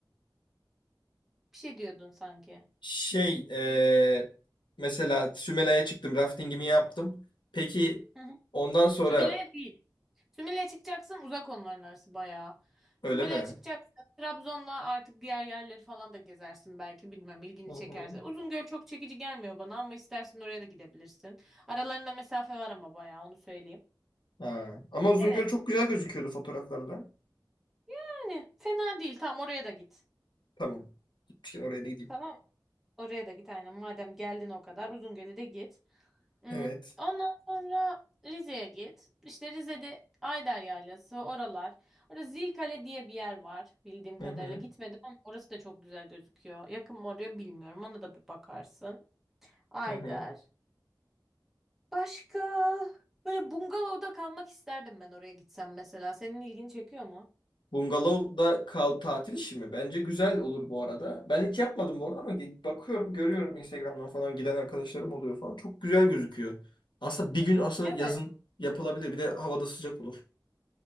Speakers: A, in the centre; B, on the left.
A: bir şey diyordun sanki.
B: Şey eee, mesela Sümela'ya çıktım raftingimi yaptım. Peki
A: Hı hı.
B: ondan sonra
A: Sümele değil. Sümele çıkacaksın uzak onların arası bayağı. Sümele
B: öyle mi?
A: çıkacaksın Trabzon'la artık diğer yerleri falan da gezersin belki bilmem ilgini
B: Hı
A: çekerse.
B: hı.
A: Uzungöl çok çekici gelmiyor bana ama istersen oraya da gidebilirsin. Aralarında mesafe var ama bayağı onu söyleyeyim.
B: Ha. Ama Uzungöl
A: Evet.
B: çok güzel gözüküyordu fotoğraflarda.
A: Yani fena değil tamam oraya da git.
B: Tamam. Gitmişken oraya da gideyim.
A: Tamam. Oraya da git aynen madem geldin o kadar Uzungöl'e de git. Hmm,
B: Evet.
A: Ondan sonra Rize'ye git. İşte Rize'de Ayder Yaylası, oralar. Orada Zilkale diye bir yer var bildiğim
B: Hı
A: kadarıyla.
B: hı.
A: Gitmedim ama orası da çok güzel gözüküyor. Yakın mı oraya bilmiyorum. Ona da bir bakarsın. Ayder.
B: Hı hı.
A: Başka? Böyle bungalovda kalmak isterdim ben oraya gitsem mesela. Senin ilgini çekiyor mu?
B: Bungalov'da kal tatil işi mi? Bence güzel olur bu arada. Ben hiç yapmadım bu arada ama bakıyorum, görüyorum Instagram'dan falan giden arkadaşlarım oluyor falan. Çok güzel gözüküyor. Aslında bir gün aslında
A: Evet.
B: yazın yapılabilir. Bir de havada sıcak olur.